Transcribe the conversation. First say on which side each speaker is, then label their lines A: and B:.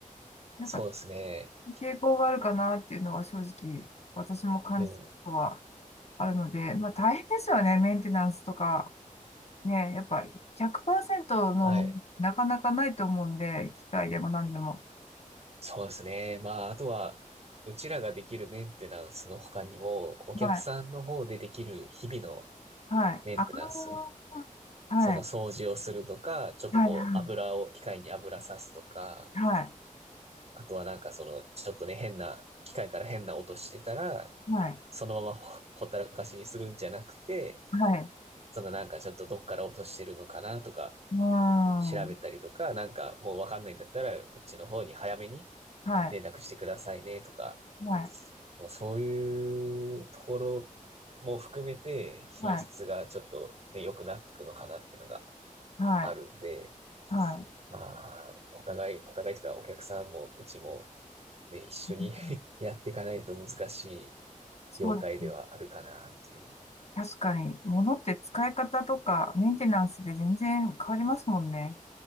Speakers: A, on the left; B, on the right.
A: なんか
B: そうですね。
A: 傾向があるかなっていうのは正直私も感じたことは
B: うん、
A: あるので、まあ大変ですよね、メンテナンスとか。ね、やっぱ100%のものなかなかないと思うんで、
B: はい。
A: 機械でも何でも。
B: そうですね。まあ、あとは、うちらができるメンテナンスの他にも、お客さんの方でできる日々の
A: はい、はい、
B: メンテナンス。
A: あのーはい、
B: その掃除をするとか、ちょっとこう油を、
A: はい、は
B: 機械に油さすとか、
A: い、はい、
B: あとはなんかその、ちょっとね、変な、機械から変な音してたら、
A: はい、
B: そのままほ、ほったらかしにするんじゃなくて、
A: はい、
B: そのなんかちょっとどっから落としてるのかなとか、
A: うーん、
B: 調べたりとか、なんかもうわかんないんだったら、うちの方に早めに
A: はい、
B: 連絡してくださいねとか、
A: はい、
B: もうそういうところも含めて品質がちょっとね、
A: はい、
B: 良くなってくのかなっていうのが
A: はい、
B: あるんで、
A: はい。
B: まあ、お互い、お互いというか、お客さんも、うちも、ね、一緒に
A: うん
B: <laughs> やっていかないと難しい
A: そうですね。
B: 業界ではあるかな、という。
A: 確かに、物って使い方とかメンテナンスで全然変わりますもんね。